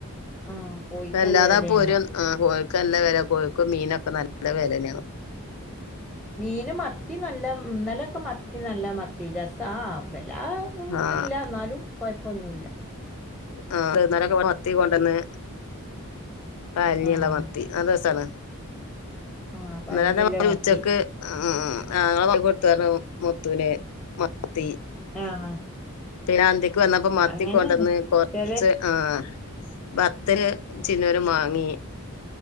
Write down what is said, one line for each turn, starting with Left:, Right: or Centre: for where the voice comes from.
Centre: ആഹ് കോഴിക്കല്ല
Left: വല്ലാതാ
Centre: വെലേണ്.
Left: പോരും
Centre: അപ്പൊ
Left: കോഴക്ക് നല്ല വില കോഴക്ക് മീനൊക്കെ നല്ല വിലനെയാണ്
Centre: മീൻ മത്തി നല്ല ഇന്നലൊക്കെ മത്തി നല്ല മത്തി രസം ആഹ് വല്ലാ ഇതില്ല
Left: ആഹ്
Centre: എന്നാലും കുഴപ്പൊന്നുല്ല
Left: ആന്നരൊക്കെ മത്തി കൊണ്ടന്ന് പാലഞ്ഞുള്ള
Centre: ആഹ്
Left: മത്തി നല്ലസാണ്
Centre: ആഹ്
Left: ഇന്നലെതെമാരി
Centre: പഞ്ഞിയില്ല മത്തി
Left: ഉച്ചക്ക് ആ ഞങ്ങളെ <unintelligible> മുത്തുന് മത്തി
Centre: ആഹ്
Left: പിന്നെ അന്തിക്ക് വന്നപ്പ മത്തി
Centre: അങ്ങനെന്നെ.
Left: കൊണ്ടന്ന് കൊറച്ച്
Centre: ച്ചാല്
Left: ആഹ് ഭത്ത്ല് ചിന്നര് വാങ്ങി